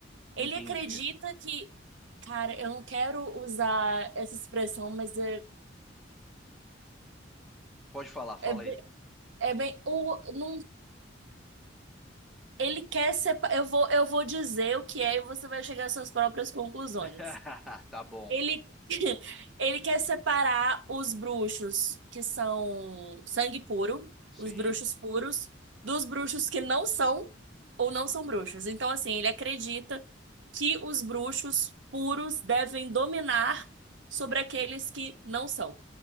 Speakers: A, on the right (about 75°); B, in the centre.
A: Ele
B: Entendi.
A: acredita que, cara, eu não quero usar essa expressão, mas é,
B: Pode falar, fala
A: é, be-
B: aí.
A: é bem, o, não, ele quer ser, eu vou, eu vou dizer o que é e você vai chegar às suas próprias conclusões.
B: <laughs> Tá bom.
A: Ele, <laughs> ele quer separar os bruxos que são sangue puro,
B: Sim.
A: os bruxos puros, dos bruxos que não são ou não são bruxos. Então, assim, ele acredita que os bruxos puros devem dominar sobre aqueles que não são.